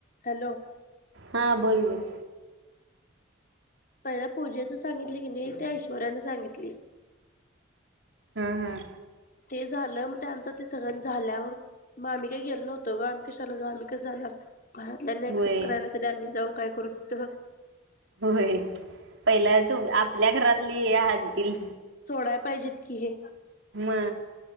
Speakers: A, on the left; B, on the right.
A: Hello
B: हा बोल ब
A: पहिला पूजेच सांगितली की नाही ते ऐश्वरा्यानें सांगितली
B: हम हम
A: ते झालं मग त्यानंतर ते सगळ्यां झाल्यावर मग आम्ही काही गेलो नव्हतो ग आम्ही कशा जा आम्ही कस जाणार घरातल्या ऍक्सेप्ट
B: होय
A: करराण्यात आ आम्ही जाऊन काय करून तिथ
B: हो पहिला तू आपल्या घरातली हे हतील
A: सोडाय पाहिजेत की हे
B: म